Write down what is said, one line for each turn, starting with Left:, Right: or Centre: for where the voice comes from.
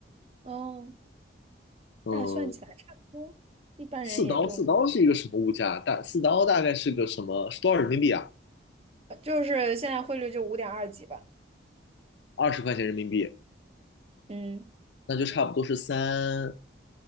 Right: 哦，
Left: 嗯，
Right: 那算起来差不多，一般人也就
Left: 四刀，四刀是一个什么物价？大四刀大概是个什么？是多少人民币啊？
Right: 呃就是现在汇率就五点二几吧，
Left: 二十块钱人民币，
Right: 嗯，
Left: 那就差不多是三